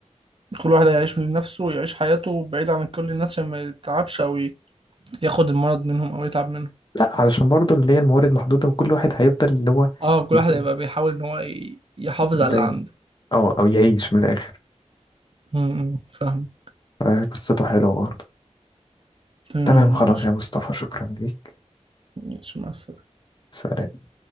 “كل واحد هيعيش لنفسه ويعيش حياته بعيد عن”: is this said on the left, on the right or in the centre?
Right